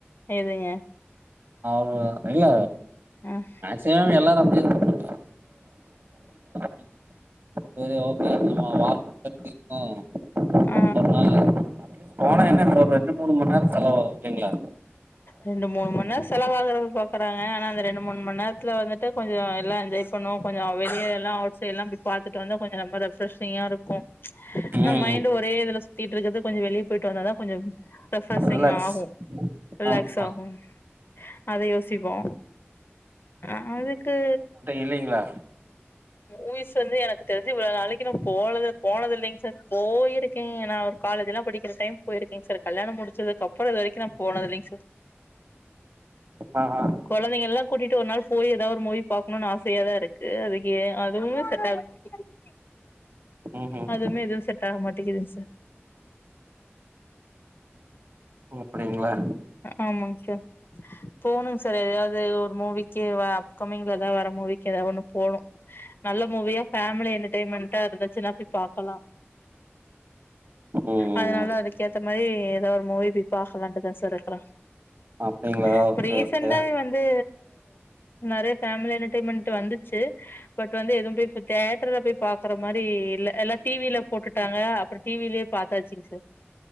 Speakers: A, on the left (about 55°); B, on the right (about 55°).
A: எதுங்க
B: அவரு இல்ல
A: ம்
B: சேம் எல்லாரு அப்படியே <inaudible> செரி ஓகே நம்ம <inaudible>
A: ஆ
B: அ அட்லீஸ் போனா என்ன ஒரு ரெண்டு மூணு மண் நேரோ செலவாகு ஓகேங்களா
A: ரெண்டு மூணு மண் நேரோ செலவாகறத பாக்கறாங்க அனா அந்த ரெண்டு மூணு மண் நேரத்துல வந்துட் ட கொஞ்சோ எல்லா என்ஜாய் பண்ணு கொஞ்சோ வெளிய எல்லா அவுட் சைடுலா போயி பாத்துட்டு வந்து கொஞ்சோ ரொம்ப ரெப்ரேஷிங்கா இருக்
B: ம்
A: என்ன மைண்ட்
B: ம்
A: ஒரே இதுல சுத்திட்ருக்குது கொஞ்ச வெளிய போயிட்டு வந்தாதா கொஞ்சம் ரெப்ரஷிங்
B: ரிலாக்ஸ்
A: ஆகு ரிலேக்ஸ்
B: ஆமாமா
A: ஆகு அத யோசிப்போ அ அதுக்கு
B: இல்லிங்களா
A: ஊய்ஸ் வந்து எனக்கு தெரிஞ்சி இவ்வள நாளைக்கு நா போனது போனதில்லிங் சார் போயிருக்கே அனா அவர் காலேஜ்லா படிக்கற டைம் போயிருக்கேங் சார் கல்யாணம் முடிச்சதுக் அப்பறோ இது வரைக்கு நா போனதில்லிங் சார்
B: ஆஆ
A: கொழந்தைகள்ளா கூட்டிட்டு ஒரு நாள் போய் எதாவ் ஒரு மூவி பாக்கணுன் ஆசையா தா இருக் க்கு அதுக்கியே அதுவு செட் ஆக மாட்டிகுது
B: ம்ஹூம்
A: அதுமே எதூ செட் டாக மாட்டிகுதுங் சார்
B: ஓ அப்டிங்ளா
A: ஆமாங்க சார் போணுங்க சார் எதாவது ஒரு மூவிக்கி வா கம்மிங்லதா வர்ற மூவிக்கி எதா ஒண்ணு போணு நல்ல மூவியா ஃபேமிலி என்டர்டைன்மெண்ட்டா இருந்துச்சின்னா போய் பாக்கலா
B: ம்
A: அதுனால அதுக்கேத்த மாரி ஏதா ஒரு மூவி போய் பாக்கலான்ட்டு தா சார் போறே
B: அப்டிங்களா
A: இப்ப
B: ஓகே
A: ரீசன்டாவே
B: ஓகே
A: வந் து நெறைய ஃபேமிலி என்டர்டயின்மென்ட் வந்துச்சி பட் வந்து எதுவு போய் தேட்டர்ல போய் பாக்குற மாரி இல்ல எல்லா டி வில போட்டுட்டாங்க அப்பறோ டி விலே பாத்தாச்சுங்க சார்